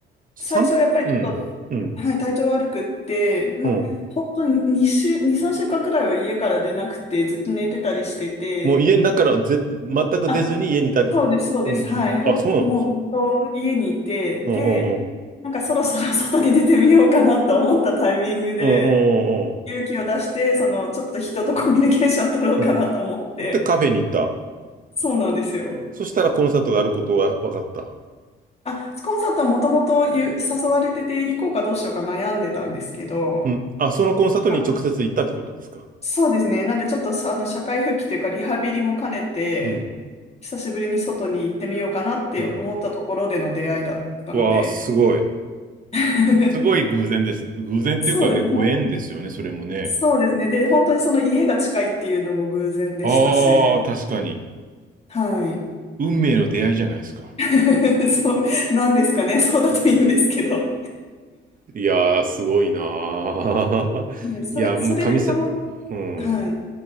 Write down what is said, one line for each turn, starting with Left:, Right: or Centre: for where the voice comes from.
Right: 三うん、
Left: 最初はやっぱりちょっと、
Right: うん、
Left: はい、体調悪くって、まあ、
Right: うん。
Left: 本当に2週、2、3週間くらいは家から出なくて、ずっと寝てたりしてて、
Right: もう家の中からぜ、全く出ずに家にいたり、
Left: あ、そうです、そうです。
Right: うん、
Left: はい。
Right: うん。
Left: ほん、
Right: あ、そうなの
Left: もうずっと家にいて、で、
Right: うんうんうん。
Left: なんかそろそろ <laughs> 外に出てみようかなと思ったタイミングで、
Right: うんうんうん
Left: 勇気を出して、その、ちょっと人とコミュニケーションを取ろうかなと思って、
Right: うん。うん。で、カフェに行った。
Left: そうなんですよ。
Right: そしたらコンサートがあることが分かった。
Left: あ、コンサートはもともとゆ誘われてて、行こうかどうしようか悩んでたんですけど、
Right: うん。あ、そのコンサートに直接行ったってことですか。
Left: あ、そうですね。なんでちょっとさあの、社会復帰というか、リハビリも兼ねて、
Right: うん。
Left: 久しぶりに外に行ってみようかなって思ったところでの出会いだったので、
Right: うん。わあ、すごい。
Left: <laughs>
Right: すごい偶然ですね。偶然っていうかね、
Left: そうです。
Right: ご縁ですよね、それもね。
Left: そうですね。で、本当にその家が近いっていうのも偶然でしたし、
Right: ああ、確かに。
Left: はい。
Right: 運命の出会いじゃないですか。
Left: <laughs> そう、なんですかね。<laughs> そうだといいんですけど。<laughs> は
Right: いやー、すごいなー。<laughs>
Left: い、それ、
Right: いや、
Left: それでたま、
Right: もう神さ、うん。
Left: はい。